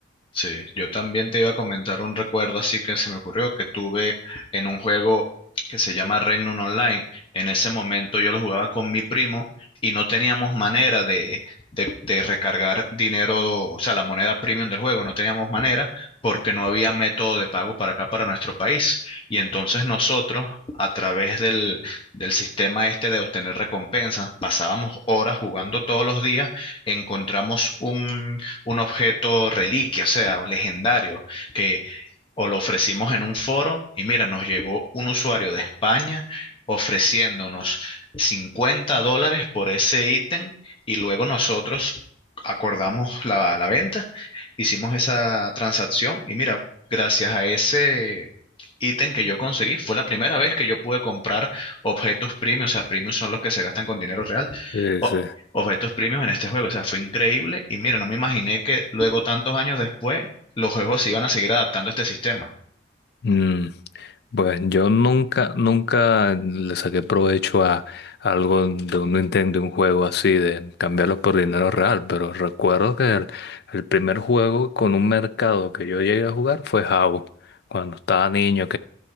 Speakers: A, on the left; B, on the left.
A: Sí, yo también te iba a comentar un recuerdo así que se me ocurrió que tuve en un juego que se llama Regnum Online. En ese momento yo lo jugaba con mi primo y no teníamos manera de, de, de recargar dinero, o sea, la moneda premium del juego, no teníamos manera porque no había método de pago para acá, para nuestro país. Y entonces nosotros, a través del, del sistema este de obtener recompensas, pasábamos horas jugando todos los días, encontramos un un objeto reliquia, o sea, un legendario, que o lo ofrecimos en un foro y mira, nos llegó un usuario de España ofreciéndonos 50 dólares por ese ítem y luego nosotros acordamos la, la venta, hicimos esa transacción y mira, gracias a ese ítem que yo conseguí, fue la primera vez que yo pude comprar objetos premium, o sea, premium son los que se gastan con dinero real.
B: Sí,
A: o-
B: sí.
A: objetos premium en este juego, o sea, fue increíble y mira, no me imaginé que luego tantos años después los juegos se iban a seguir adaptando a este sistema.
B: Mm, pues yo nunca, nunca le saqué provecho a algo de un Nintendo, de un juego así, de cambiarlo por dinero real, pero recuerdo que el, el primer juego con un mercado que yo llegué a jugar fue Habbo, cuando estaba niño,